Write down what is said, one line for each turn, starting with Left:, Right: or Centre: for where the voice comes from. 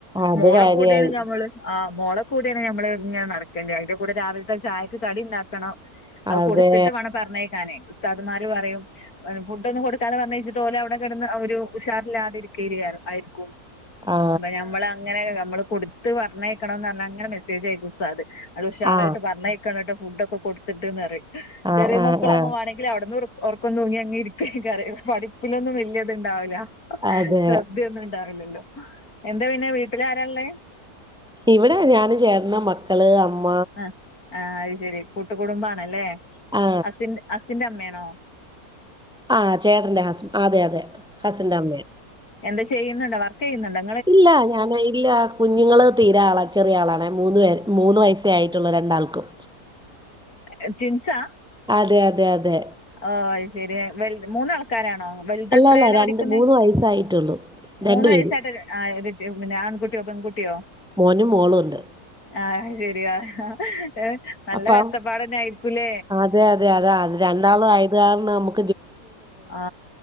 Centre: അത്
Left: മോള
Centre: കാര്യായി
Left: കൂടേണ് ഞമ്മള് ആഹ് മോള കൂടേണ് ഞമ്മള് ഇങ്ങനെ നടക്കേണ്ട അതിന്റെ കൂടെ രാവിൽത്തെ ചായക്ക് കടി ഇണ്ടാക്കണം അത്
Centre: അതെ
Left: കൊടുത്തിട്ട് വേണം പറഞ്ഞേക്കാനേ ഉസ്താദ്ന്മാര് പറയും <unintelligible> ഫുഡ്ന്നും കൊടുക്കാതെ പറഞ്ഞയച്ചിട്ട് ഓല് അവിടെ കിടന്ന് ഒരു ഉഷാറില്ലാതിരിക്കേ <unintelligible> ആയിരിക്കും
Centre: ആ
Left: അപ്പൊ ഞമ്മൾ അങ്ങനെ നമ്മള് കൊടുത്ത് പറഞ്ഞയക്കണന്ന് പറഞ്ഞാ അങ്ങനെ മെസ്സേജ് ആയക്കുസ്താദ് നല്ല ഉഷാറായിട്ട്
Centre: ആ
Left: പറഞ്ഞയ്ക്കണെട്ടൊ ഫുഡ് ഒക്കെ കൊടുതിട്ട്ന്നറയും
Centre: ആ
Left: ചെറിയ
Centre: ആ
Left: മക്കളാവും
Centre: ആ
Left: വാണെ <unintelligible> ഒർക്കം തൂങ്ങി അങ്ങെ ഇരിക്കയ്ക്കാര് പഠപ്പിലൊന്നും വല്യ ഇത്ണ്ടാവില്ല
Centre: അതെ
Left: ശ്രദ്ധയൊന്നും ഇണ്ടാറില്ലല്ലോ എന്താ പിന്നെ വീട്ടില് ആരാള്ളെ
Centre: ഇവിടെ ഞാന് ചേട്ടന് മക്കള് അമ്മ
Left: ആ അയ്ശെരി കൂട്ടുകുടുംബാണല്ലേ
Centre: ആ
Left: അസിന്റ അസിന്റെ അമ്മേണോ
Centre: ആ ചേട്ടന്റെ ഹസ് അതെ അതെ ഹസ്സിന്റെ അമ്മേ
Left: എന്ത് ചെയ്യുന്നുണ്ടോ വർക്കെയ്യുന്നുണ്ടോ
Centre: ഇല്ല ഞാൻ <unintelligible> ഇല്ല കുഞ്ഞുങ്ങള് തീരെ ആള ചെറിയ ആളണ് മൂന്ന് പേര് മൂന്ന് വയസ്സേ ആയിട്ടുള്ളു രണ്ടാൾക്കും
Left: എ റ്റിൻസാ
Centre: അതെ അതെ അതെ
Left: ഓ അയ്ശെരി വല്ത് മൂന്നാ ക്കാരാണോ വലുതെത്രയില്ലാ
Centre: അല്ല അല്ല രണ്ട്
Left: പഠിക്കുന്നെ
Centre: മൂന്ന് വയസ്സായിട്ടുള്ളൂ രണ്ടു
Left: മൂന്ന്
Centre: പേരും
Left: വയസ്സായിട്ട്ഒ ആ <unintelligible> <unintelligible> പിന്നെ ആൺകുട്ടിയോ പെൺകുട്ടിയോ
Centre: മോനും മോളുണ്ട്
Left: ആ ശെരിയാ ഹാഹാ എ നല്ല
Centre: അപ്പം
Left: കഷ്ടപ്പാടന്നെ ആയിരിക്കുലേ
Centre: അതെ അതെ അതാ അത് രണ്ടാളു ആയതു കാരണം അമ്മു
Left: ആ